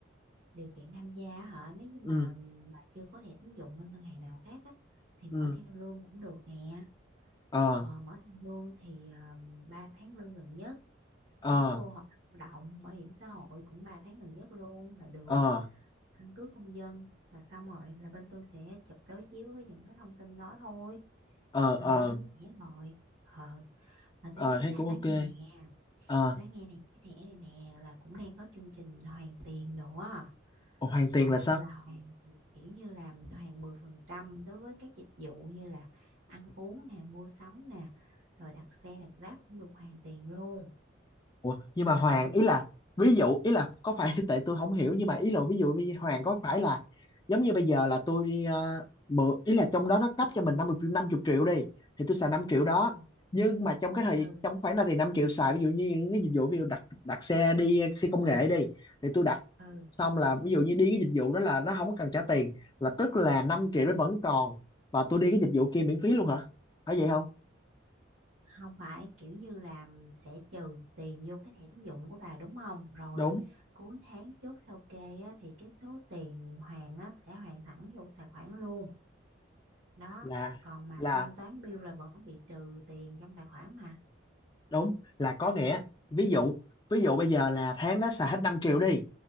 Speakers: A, on the right; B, on the left.
A: Điều kiện tham gia hả? Nếu như mà
B: ừ
A: mà chưa có thẻ tín dụng bên ngân hàng nào khác á thì mở
B: ừ
A: theo lương cũng được nè.
B: ờ
A: Ờ, mở theo lương thì à, 3 tháng lương gần nhất
B: ờ
A: có vô hợp đồng lao động bảo hiểm xã hội cũng 3 tháng gần nhất luôn là được
B: ờ
A: căn cước công dân là xong rồi là bên tôi sẽ chụp đối chiếu với những cái thông tin đó thôi
B: ờ
A: là
B: ờ
A: mở được cái thẻ rồi ờ mà
B: ờ
A: tôi nghe
B: thấy
A: nè
B: cũng
A: nói
B: ok
A: nghe nè
B: ờ
A: tôi nghe nè cái thẻ này nè là cũng đang có chương trình hoàn tiền nữa
B: Ủa, hoàn tiền
A: ờ
B: là sao
A: là hoàn kiểu như làm hoàn 10% đối với các dịch vụ như là ăn uống nè mua sắm nè rồi đặt xe đặt Grab cũng được hoàn tiền luôn
B: Ủa, nhưng mà Hoàng
A: ừ
B: ý là ví dụ ý là có phải <laughs> tại tôi không hiểu nhưng mà ý là ví dụ như Hoàng có phải là giống như bây giờ là tôi đi ờ, mượn ý là trong đó nó cấp cho mình năm mươi triệu 50 triệu đi thì tôi xài 5 triệu đó
A: ừ
B: nhưng mà trong cái thời
A: ừ
B: trong khoảng đó thì 5 triệu xài ví dụ như những cái dịch vụ ví dụ đặt đặt xe đi xe công nghệ đi thì tôi đặt
A: ừ. ừ.
B: xong là ví dụ như đi cái dịch vụ đó là nó không có cần trả tiền là tức là 5 triệu nó vẫn còn và tôi đi cái dịch vụ kia miễn phí luôn hả phải vậy không
A: không phải kiểu như là sẽ trừ tiền vô cái thẻ tín dụng của bà đúng không rồi
B: đúng
A: cuối tháng chốt sao kê á, thì cái số tiền hoàn á, sẽ hoàn thẳng vô tài khoản luôn đó
B: là
A: còn mà
B: là
A: thanh toán bill là vẫn bị trừ tiền trong tài khoản mà
B: đúng là có nghĩa ví
A: ừ
B: dụ ví dụ bây giờ là tháng đó xài hết 5 triệu đi